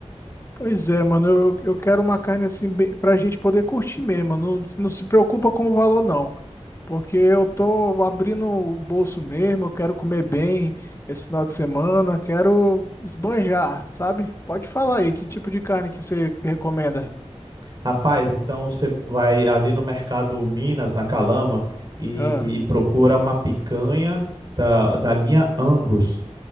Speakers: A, on the left; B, on the right.
A: Pois é, mano, eu, eu quero uma carne assim bem- pra gente poder curtir mesmo. Não, não se preocupa com o valor, não. Porque eu tô abrindo o bolso mesmo, eu quero comer bem esse final de semana, quero esbanjar, sabe? Pode falar aí, que tipo de carne que você recomenda?
B: Rapaz, então você vai ali no Mercado Minas, na Calama, e,
A: Ah,
B: e procura uma picanha da, da linha Angus.